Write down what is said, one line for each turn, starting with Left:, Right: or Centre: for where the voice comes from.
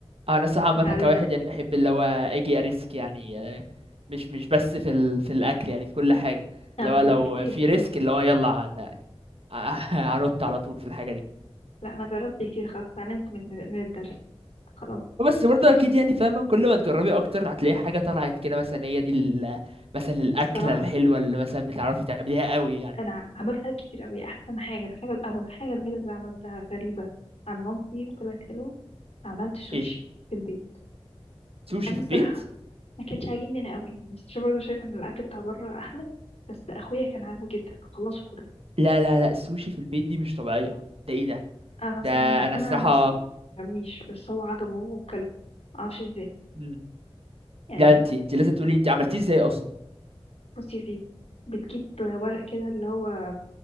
Right: انا الصراحه عامه
Left: اتعلمت
Right: كواحد يعني بحب اللي هو اجي اريسك يعني آه، مش مش بس في ال... في الاكل يعني في كل حاجه اللي
Left: انا جربت
Right: هو لو
Left: كتير
Right: في ريسك اللي هو يلا عن... <laughs> هنط على طول في الحاجه دي
Left: لا انا جربت كتير خلاص اتعلمت من من الدرس خلاص
Right: بس برضه اكيد يعني فاهمه كل ما تجربي اكتر هتلاقي حاجه طلعت كده مثلا هي دي ال... مثلا الاكله
Left: الصراحه
Right: الحلوه اللي مثلا بتعرفي تعمليها قوي يعني
Left: انا عملت حاجات كتير قوي احسن حاجه الحاجه الاول الحاجه الوحيده اللي عملتها غريبه عن مامتي وطلعت حلوه عملت سوشي
Right: ايه
Left: في البيت
Right: سوشي
Left: لان
Right: في
Left: الصراحه
Right: البيت
Left: ما كانش عاجبني انا قوي يعني مش برضه شايفه ان الاكل بتاع بره احلى بس اخويا كان عاجبه جدا خلصه كله
Right: لا لا لا السوشي في البيت دي مش طبيعيه ده ايه ده
Left: انا
Right: ده
Left: فاهمه جدا
Right: انا
Left: انا
Right: الصراحه
Left: عن نفسي مجبنيش بس هو عجبه هو وكله معرفش ازاي
Right: مم.
Left: يعني
Right: لا انت انت لازم تقولي انت عملتيه ازاي اصلا
Left: بصي يا سيدي بتجيب ورق كده اللي هو